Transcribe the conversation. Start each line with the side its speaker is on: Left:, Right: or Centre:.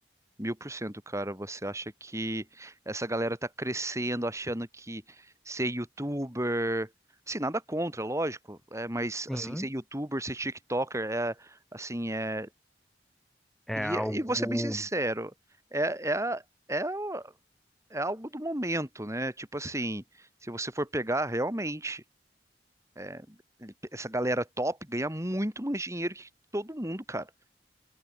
Right: Mil por cento, cara. Você acha que essa galera tá crescendo achando que ser youtuber. Assim, nada contra, lógico. É, mas,
Centre: Sim,
Right: assim, ser youtuber, ser TikToker, é, assim, é.
Centre: é
Right: E,
Centre: algo.
Right: e vou ser bem sincero, é, é, a- é é algo do momento, né? Tipo assim, se você for pegar realmente, é, ele- essa galera top ganha muito mais dinheiro que todo mundo, cara.